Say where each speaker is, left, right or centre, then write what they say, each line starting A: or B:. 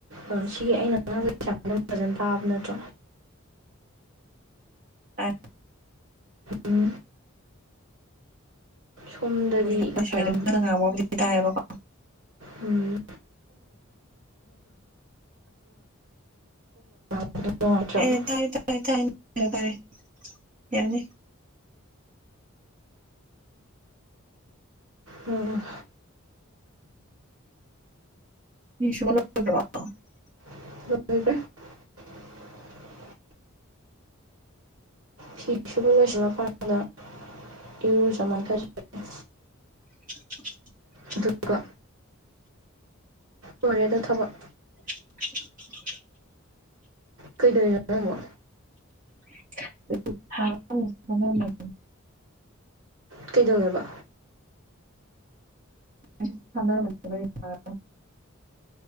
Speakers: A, on the right; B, on the right.
A: ꯑꯥ ꯁꯤꯒꯤ ꯑꯩꯅ ꯉꯥꯡꯕꯩ ꯆꯥꯡ ꯗꯨꯝ ꯐꯖꯟ ꯇꯥꯕ ꯅꯠꯇ꯭ꯔꯣ
B: ꯇꯥꯏ
A: ꯎꯝ ꯁꯣꯝꯗꯗꯤ
B: ꯈꯔꯗꯤ ꯁ꯭ꯋꯥꯏꯗ
A: ꯃꯌꯥꯝ
B: ꯅꯪꯅ ꯉꯥꯡꯕꯕꯨꯗꯤ ꯇꯥꯏꯌꯦꯕꯀꯣ
A: ꯎꯝ <inaudible> ꯅꯨꯡꯉꯥꯏꯇ꯭ꯔꯕ
B: ꯑꯦ ꯇꯥꯏ ꯇꯥꯏ ꯇꯥꯏ ꯇꯥꯏ ꯌꯥꯅꯤ
A: ꯎꯝ
B: <inaudible>
A: <inaudible> ꯐꯤꯁꯨꯕ ꯂꯣꯏꯁꯜꯂꯀꯟꯗ ꯏꯔꯨꯖꯃꯥꯏꯊꯖꯒꯅꯤ
B: <inaudible>
A: ꯑꯗꯨꯒ ꯂꯣꯏꯔꯦꯗ ꯊꯕꯛ
B: <inaudible>
A: ꯀꯩꯗꯣꯏꯅꯣ <unintelligible>
B: <unintelligible>
A: ꯀꯩꯗꯧꯋꯦꯕ
B: <unintelligible>